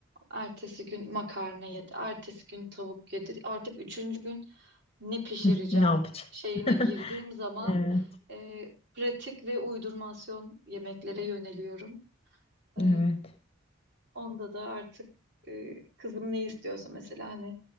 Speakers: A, on the right; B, on the left.
A: Ertesi gün makarna yedi. Ertesi gün tavuk yedi. Artık üçüncü gün ne pişireceğim
B: <laughs> Ne yapacağım?
A: şeyine
B: <laughs>
A: girdiğim zaman
B: Evet.
A: e, pratik ve uydurmasyon yemeklere yöneliyorum. E,
B: Evet.
A: onda da artık e, kızım ne istiyorsa mesela hani